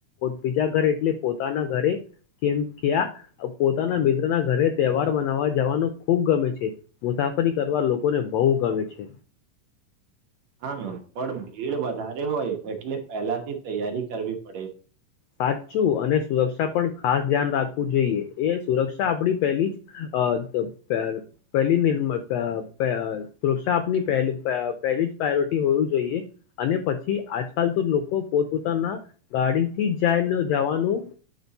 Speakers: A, on the left; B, on the right.
A: બીજા ઘર એટલે પોતે ના ઘરે. કેમ ક્યા પોતાના મિત્ર ના ઘરે તહેવાર મનાવવા જવાનું ખુબ ગમે છે. મુસાફરી કરવા લોકોને બહુ ગમે છે.
B: હા પણ ભીડ વધારે હોય એટલે પહેલાથી તૈયારી કરવી પડે.
A: સાચું અને સુરક્ષા પણ ખાસ ધ્યાન રાખવું જોઈએ એ સુરક્ષા આપડી પહેલી જ અ તો પહેલી નિર્ તૃક્ષા આપની પ પહેલી જ પ્રાયોરિટી હોવીું જોઈએ, અને પછી આજકાલ લોકો પોતપ પોતાના, ગાડી થી જાય જવાનું